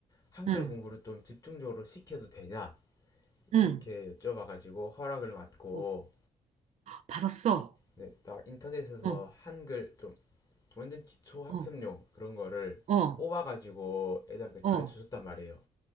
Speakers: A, on the left; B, on the right.
A: 한글
B: 응,
A: 공부를 좀 집중적으로 시켜도 되냐
B: 응.
A: 이렇게 여쭤봐가지고 허락을 받고
B: 어, 받았어.
A: 네, 딱 인터넷에서
B: 어,
A: 한글 좀 완전 기초 학습용
B: 어,
A: 그런 거를
B: 어,
A: 뽑아가지고 애들한테 가르쳐
B: 어,
A: 줬단 말이에요.